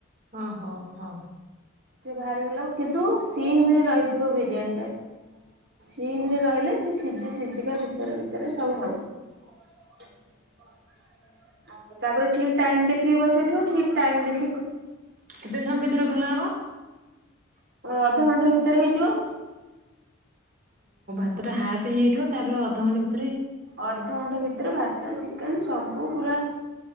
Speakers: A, on the right (about 45°); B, on the right (about 60°).
A: ହଁ ହୋ ହଁ।
B: ସିଏ ବାହାରିଗଲା କୁ କିନ୍ତୁ ସିଇମ୍ ରେ ରହି ଥିବ ବିରିୟାନୀ ଟା ସିମରେ ରହିଲେ ସିଜି ସିଜିକା ଭିତରେ ଭିତରେ ସବୁ ହବ। ଆଉ ତାପରେ ଠିକ ଟାଇମ ଦେଖି <unintelligible> ବସେଇଥିବ ଠିକ ଟାଇମ ଦେଖି
A: କେତେ ସମୟ ଭିତରେ ଖୋଲା ହବ?
B: ଓ ଅଧଘଣ୍ଟା ଭିତରେ ହେଇଯିବ।
A: ତ ଟା ହାପ୍ ହେଇଯାଇଥିବ ତାପରେ ଅଧଘଣ୍ଟେ ଭି
B: ଅଧଘଣ୍ଟେ ଭିତରେ ଭାତ ଚିକେନ ସବୁ ପୁରା